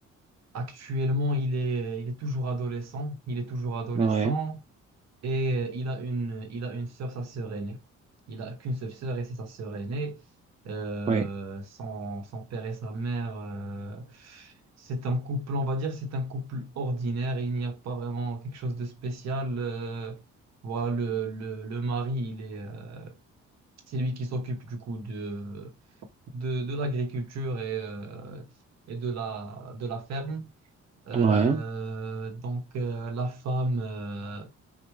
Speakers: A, on the right (about 60°); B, on the right (about 25°).
A: Actuellement, il est, il est toujours adolescent. Il est toujours adolescent
B: Oui,
A: et euh, il a une, il a une sœur, sa sœur aînée. Il a qu'une seule sœur et c'est sa sœur aînée. Euh,
B: oui,
A: son, son père et sa mère, euh, c'est un couple, on va dire, c'est un couple ordinaire. Il n'y a pas vraiment quelque chose de spécial. Euh, voilà, le, le, le mari, il est, euh, c'est lui qui s'occupe du coup de, de, de l'agriculture et, euh, et de la, de la ferme. Euh,
B: oui.
A: donc euh, la femme, euh,